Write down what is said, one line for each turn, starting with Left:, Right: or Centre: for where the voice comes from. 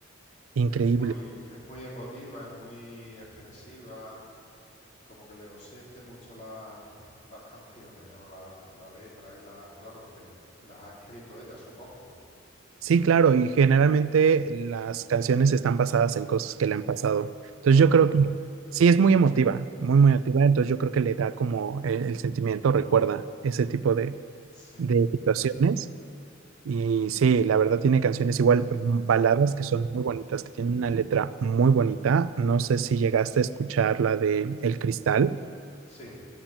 Right: increíble.
Left: es muy, es muy emotiva y muy expresiva, como que le siente mucho la- las canciones, ¿no? La, la letra y la, claro, porque las ha escrito ella, supongo.
Right: Sí, claro, y generalmente las canciones están basadas en cosas que le han pasado. Entonces
Left: Claro,
Right: yo creo que sí es muy emotiva, muy, muy emotiva, entonces yo creo que le da como el, el sentimiento, recuerda ese tipo de,
Left: sí,
Right: de
Left: mm,
Right: situaciones. Y sí, la verdad tiene canciones igual, mm, baladas que son muy bonitas, que tienen una letra muy bonita. No sé si llegaste a escuchar la de El Cristal.
Left: sí,